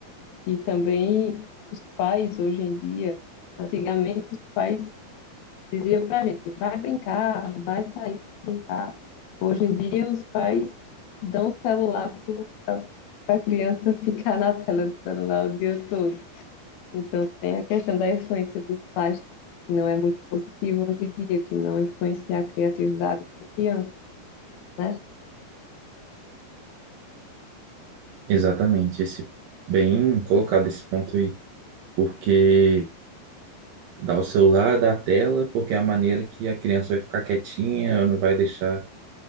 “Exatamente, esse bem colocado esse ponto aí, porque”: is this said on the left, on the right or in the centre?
Right